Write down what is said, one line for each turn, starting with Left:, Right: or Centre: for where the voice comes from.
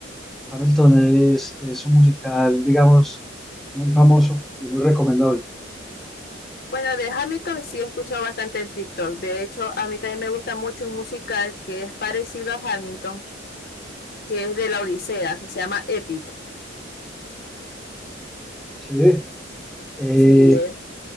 Centre: Hamilton es, es un musical, digamos, muy famoso y muy recomendable.
Left: Bueno, de Hamilton sí he escuchado bastante en TikTok. De hecho, a mí también me gusta mucho un musical que es parecido a Hamilton, que es de la Odisea, que se llama Epic.
Centre: Sí, eh,
Left: Sí, eh,